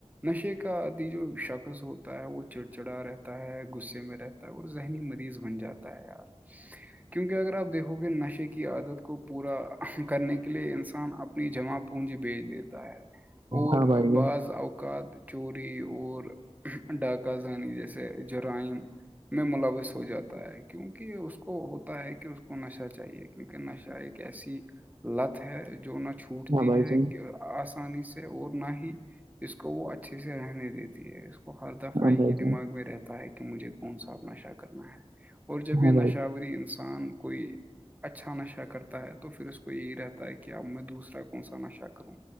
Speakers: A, on the right (about 15°); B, on the right (about 50°).
A: نشے کا آدی جو شکص ہوتا ہے وہ چڑ چڑا رہتا ہے گس ںںںمیں رہتا ہے اور ذہنی مریض بن جاتا ہے یار کیونکہ اگر آپ دیکھو گے نشے کی عادت کو پورا کرنے کے لیے انسان اپب اپنی جمع پونجی بھیج دیتا ہے اور
B: ہاں بھائی
A: بعض
B: جان
A: اوقات چوری اور ڈاکہ زانی جیسے جرائم میں ملوث ہو جاتا ہے کیونکہ اس کو ہوتا ہے کہ اس کو نشہ چاہیے کیونکہ نشہ ایک ایسی لت ہے جو نہ چھوٹتی
B: ہاں بھائی
A: ہے
B: جان
A: آسانی سے اور نہ ہی اس کو وہ اچھے سے رہنے دیتی ہے وہ ہر دفعہ
B: ہاں
A: یہ
B: بھائی
A: ہی دماغ
B: جان
A: میں رہتا ہے کہ مجھے کون سا اپ نشا کرنا ہے اور جب
B: ہاں
A: یہ نشہوری
B: بھائی
A: انسان کوئی اچھا نشہ کرتا ہے تو پھر اس کو یہی رہتا ہے کہ اب میں دوسرا کون سا نشہ کروں